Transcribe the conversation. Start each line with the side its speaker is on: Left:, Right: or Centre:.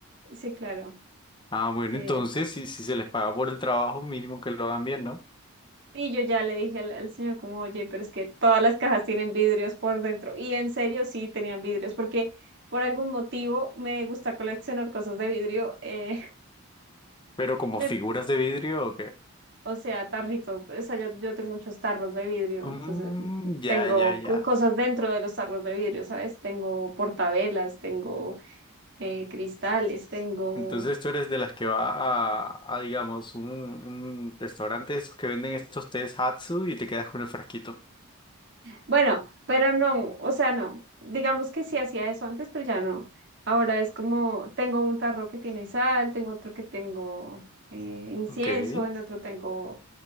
Right: sí, claro,
Left: Ah, bueno,
Right: sí.
Left: entonces
Right: t-
Left: si, si se les paga por el trabajo, mínimo que lo hagan bien, ¿no?
Right: Y yo ya le dije al, al señor como, oye, pero es que todas las cajas tienen vidrios por dentro. Y en serio, sí, tenían vidrios, porque por algún motivo me gusta coleccionar cosas de vidrio, eh,
Left: Pero como
Right: <laughs> eh,
Left: figuras de vidrio o qué?
Right: o sea, tarritos, o sea, yo, yo tengo muchos tarros de vidrio,
Left: Mm,
Right: entonces
Left: ya,
Right: tengo
Left: ya, ya.
Right: co- cosas dentro de los tarros de vidrio, ¿sabes? Tengo portavelas, tengo eh, cristales, tengo
Left: Entonces tú eres de las que va a, a, digamos, un, un restaurante de esos que venden estos tés Hatsu y te quedas con el frasquito.
Right: Bueno, pero no, o sea, no. Digamos que sí hacía eso antes, pero ya no. Ahora es como, tengo un tarro que tiene sal, tengo otro que tengo eh, incienso,
Left: Ok.
Right: en otro tengo